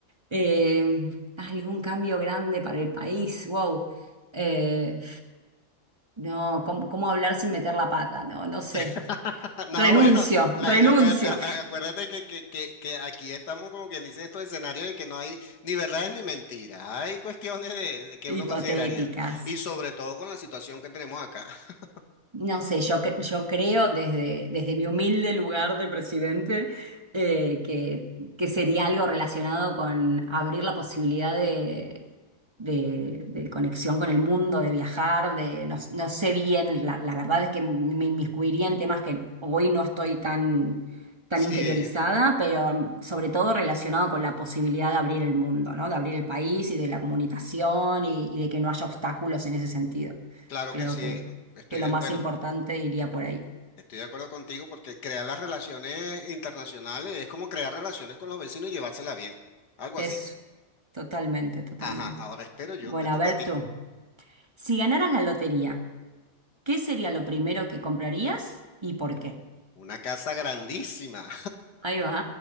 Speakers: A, on the right; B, on the left.
A: Eh, algún cambio grande para el país. Wow. Eh, no, ¿cómo, cómo hablar sin meter la pata? No, no sé.
B: <laughs> No,
A: Renuncio,
B: bueno, la-
A: renuncio.
B: acuérdate, a- a- acuérdate que, que- que- que aquí estamos como quien dice en estos escenarios de que no hay ni verdades ni mentiras, hay cuestiones de, de que
A: <laughs> Hipotéticas.
B: uno consideraría y sobre todo con la situación que tenemos acá. <laughs>
A: No sé, yo, cre- yo creo desde, desde mi humilde lugar de presidente eh, que, que sería algo relacionado con abrir la posibilidad de, de, de conexión con el mundo, de viajar, de no, no sé bien, la, la verdad es que me inmiscuiría en temas que hoy no estoy tan, tan
B: Sí,
A: interiorizada, pero sobre todo relacionado con la posibilidad de abrir el mundo, ¿no? De abrir el país y de la comunicación y, y de que no haya obstáculos en ese sentido.
B: claro
A: Creo
B: que sí, estoy
A: que lo
B: de,
A: más
B: bueno,
A: importante iría por ahí.
B: estoy de acuerdo contigo porque crear las relaciones internacionales es como crear relaciones con los vecinos y llevárselas bien, algo
A: Eso,
B: así.
A: totalmente, totalmente.
B: Ajá, ahora espero yo,
A: Bueno,
B: te toca
A: a ver
B: a ti.
A: tú, si ganaras la lotería, ¿qué sería lo primero que comprarías y por qué?
B: Una casa grandísima.
A: Ahí va,